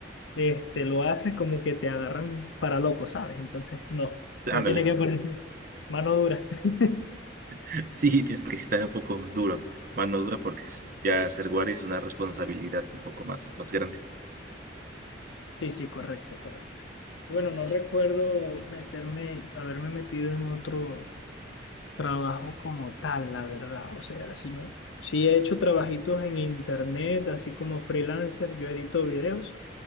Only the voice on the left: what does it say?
este, lo haces, como que te agarran para loco, ¿sabes? Entonces, no,
no
tiene que ponerse mano dura. <laughs>
Sí, sí, correcto, correcto. Y Bueno,
no recuerdo meterme, haberme metido en otro trabajo como tal, la verdad. O sea, si no, sí he hecho trabajitos en internet, así como freelancer, yo edito videos